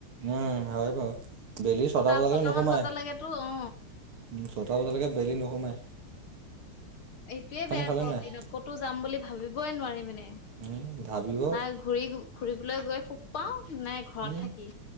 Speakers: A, on the right; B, on the left.
A: উম হয় বাৰু, বেলি ছটা বজালৈকে
B: ছটামান
A: নোসোমাই।
B: বজালৈকেতো অ
A: উম ছটা বজালৈকে বেলি নোসোমাই।
B: এইটোয়ে বেয়া
A: খালে
B: গৰম
A: নাই
B: দিনত ক'তো যাম বুলি ভাবিবই নোৱাৰি মানে।
A: উম, ভাবিব
B: নাই ঘূৰি ঘুৰিবলৈ গৈ সুখ পাওঁ নে ঘৰত
A: উম,
B: থাকি।